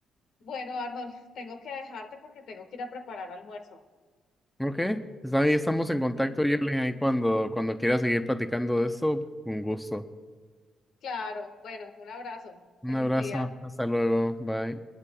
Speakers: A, on the left; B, in the centre.
A: Bueno, Arnold, <laughs> tengo que dejarte porque tengo que ir a preparar almuerzo.
B: Ok, pues ahí estamos en contacto,
A: En-
B: Yuli, ahí cuando, cuando quieras seguir platicando de esto, un gusto.
A: claro, bueno, un abrazo.
B: Un
A: Feliz
B: abrazo,
A: día.
B: hasta luego, bye.